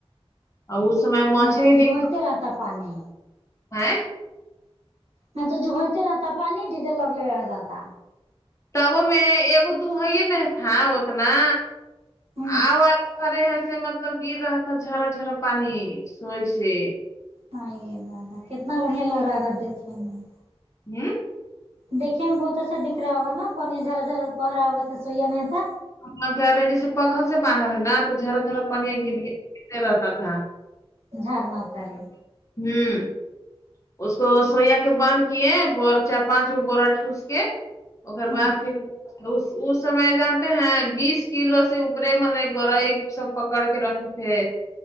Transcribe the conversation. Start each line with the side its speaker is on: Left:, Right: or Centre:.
Left: اور اس سمے مھچ
Right: نہ تو
Left: <unintelligible> لی
Right: وہ جوہتے
Left: نکل
Right: رہتا پانی
Left: ہ
Right: نہ تو ج ہوتے رہتا پانی ڈیزل لگ ل رہ جاتا
Left: تب میں ایک تو ہے ہی نہیں تھا اتنا
Right: ہوں
Left: آؤرے گرے ہے سے مطلب گر رہا تھا جرا جرا پانی سوئی سے
Right: ہ ددہ کتنا بڑھیا لگ رہا ہے ا گگر دیکھنے میں <unintelligible>
Left: ہوں
Right: دیکے میں بہت اچھا دکھا راہا ہو گا نا پانیی یا جرا جرا بہ رہا ہوگا سویا میں تھا
Left: ہاں جیسے پکھل سے باندر ہے نا تو جرا جھرا پنیا گر گیا <unintelligible> رہتا تھا
Right: جہر نا تا ری
Left: ہوں اس کو سویا کے باندھ کیے ب چار پانچ گ بورا ٹھس کے <unintelligible> ار
Right: ہاں
Left: بعد پھر <unintelligible> اس اس سمے جانتے ہیں بیس کلو سے اوپرے منے گورائی سب پکڑ کے رکھتے